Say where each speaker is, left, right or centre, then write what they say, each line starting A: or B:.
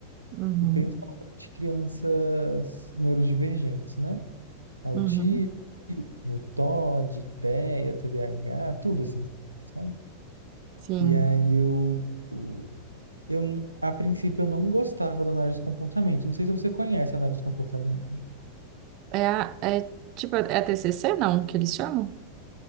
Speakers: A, on the right; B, on the right.
A: Uhum,
B: E principalmente crianças neurodivergentes, né? Autismo,
A: uhum.
B: TOD, TEA, TDAH, tudo assim, sabe?
A: Sim.
B: E aí eu, o- eu, a princípio, eu não gostava da análise de comportamento. Não sei se você conhece a análise de comportamento.
A: É, a- é tipo, é TCC, não, que eles chamam?